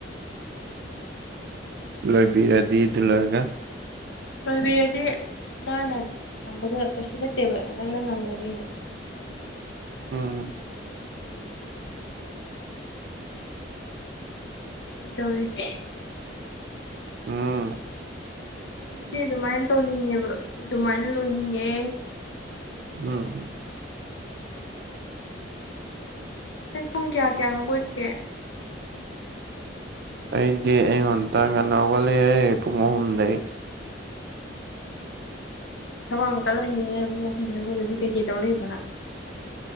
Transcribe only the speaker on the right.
ꯂꯣꯏꯕꯤꯔꯗꯤ ꯑꯗꯨ ꯂꯣꯏꯔꯒ
ꯎꯝ
ꯎꯝ
ꯎꯝ
ꯑꯩꯗꯤ ꯑꯌꯨꯛ ꯉꯟꯇ ꯉꯥꯟꯅ ꯍꯧꯒꯠꯂꯤꯍꯦ ꯄꯨꯡ ꯑꯍꯨꯝꯗꯒꯤꯩ